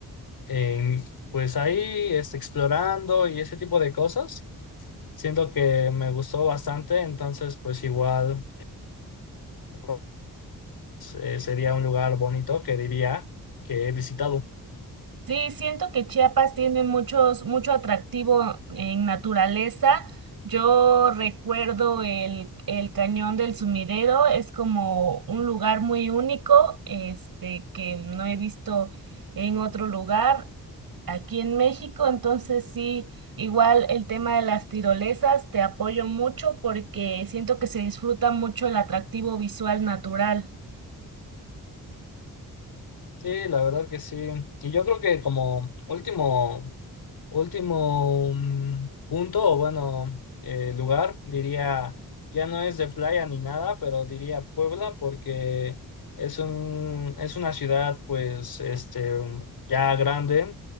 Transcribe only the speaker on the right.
Sí, siento que Chiapas tiene muchos, mucho atractivo en naturaleza. Yo recuerdo el, el Cañón del Sumidero, es como un lugar muy único, este, que no he visto en otro lugar aquí en México. Entonces sí, igual el tema de las tirolesas, te apoyo mucho porque siento que se disfruta mucho el atractivo visual natural.